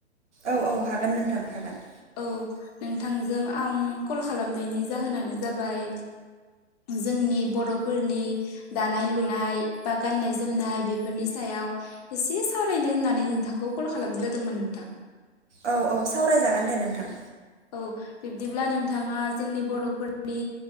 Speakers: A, on the right; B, on the left.
A: औ औ हागोन नोंथां हागोन
B: औ नोंथांजों आं कल खालामनायनि जाहोनानो जाबाय जोंनि बरफोरनि दानाय लुनाय बा गाननाय जोमनाय बेफोरनि सायाव एसे सावरायनो होननानै नोंथांखौ कल खालामनाय जादोंमोन नोंथां
A: औ औ सावरायजागोन दे नोंथां
B: औ बिब्दिब्ला नोंथाङा जोंनि बरफोरनि